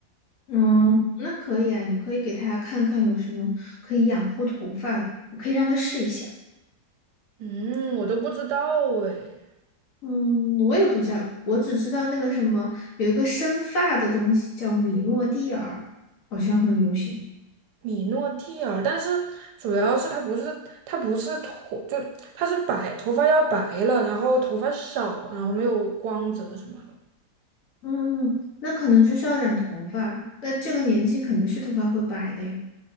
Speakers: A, on the left; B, on the right.
A: 嗯，那可以啊，你可以给她看看有什么可以养护头发的，可以让她试一下。
B: 嗯，我都不知道诶，
A: 嗯，我也不知道，我只知道那个什么，有一个生发的东西叫米诺地尔，好像很流行。
B: 米诺地尔，但是主要是它不是它不是头，就它是白，头发要白了，然后头发少，然后没有光泽什么的。
A: 嗯，那可能就是要染头发，那这个年纪肯定是头发会白的呀。